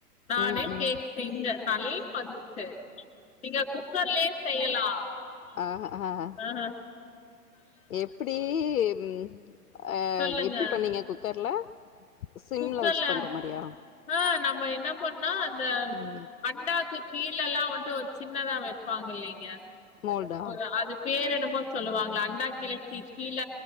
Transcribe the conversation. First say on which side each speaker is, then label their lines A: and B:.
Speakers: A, on the left (about 15°); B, on the left (about 65°).
A: நானே
B: ம் ம்
A: கேக் செஞ்சன் நல்லா வந்துச்சு நீங்க குக்கர்லயே செய்யலாம்
B: ஆஹ் ஆஹ
A: அ
B: எப்டி ம் அ
A: சொல்லுங்க
B: எப்டி பண்ணீங்க குக்கர்ல சிம்ல
A: குக்கர்ல
B: வச்சு பண்ற மாரியா
A: ஆ நம்ம என்ன பண்ணா அந்த
B: ம்
A: அண்டாக்கு கீழல்லாம் வன்ட்டு ஒரு சின்னதா வைப்பாங்க இல்லைங்க
B: மோல்டா
A: ஒரு அது பேர் என்னமோ சொல்லுவாங்களா அண்டா கீழ கி கீள